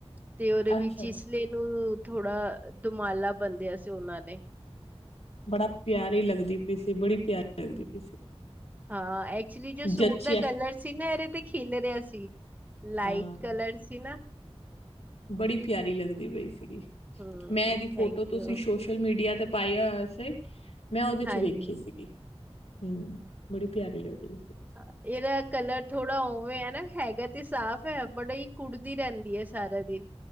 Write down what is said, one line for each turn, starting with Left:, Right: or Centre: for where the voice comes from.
Right: ਤੇ ਉਹਦੇ
Left: ਅੱਛਾ
Right: ਵਿੱਚ ਇਸ ਲਈ ਇਹਨੂੰ ਥੋੜਾ ਦੁਮਾਲਾ ਬੰਨਿਆ ਸੀ ਉਹਨਾਂ ਨੇ।
Left: ਬੜਾ ਪਿਆਰੀ ਲੱਗਦੀ ਪਈ ਸੀ, ਬੜੀ ਪਿਆਰੀ ਲੱਗਦੀ ਪਈ ਸੀ।
Right: ਹਾਂ ਐਕਚੁਲੀ ਜੋ ਸੂਟ
Left: ਜਚਿਆ
Right: ਦਾ ਕਲਰ ਸੀ ਨਾ। ਇਹਦੇ ਤੇ ਖਿਲ ਰਿਹਾ ਸੀ। ਲਾਈਟ
Left: ਹਾਂ।
Right: ਕਲਰ ਸੀ ਨਾ।
Left: ਬੜੀ ਪਿਆਰੀ ਲੱਗਦੀ ਪਈ ਸੀਗੀ।
Right: ਹਮ
Left: ਮੈਂ ਇਹਦੀ
Right: ਥੈਂਕ
Left: ਫੋਟੋ ਤੁਸੀਂ
Right: ਯੂ
Left: ਸੋਸ਼ਲ ਮੀਡੀਆ ਤੇ ਪਾਇਆ ਅਸੇ ਮੈਂ ਉਹਦੇ ਚ
Right: ਹਾਂਜੀ
Left: ਵੇਖੀ ਸੀਗੀ। ਹੂੰ ਬੜੀ ਪਿਆਰੀ ਲੱਗ ਰਹੀ ਸੀ।
Right: ਹਾਂ, ਇਹਦਾ ਕਲਰ ਥੋੜਾ ਉਵੇਂ ਹੈ ਨਾ। ਹੈਗਾ ਤੇ ਸਾਫ਼ ਹੈ ਬੜਾ ਹੀ ਕੁੜਦੀ ਰਹਿੰਦੀ ਹੈ ਸਾਰੀ ਦਿਨ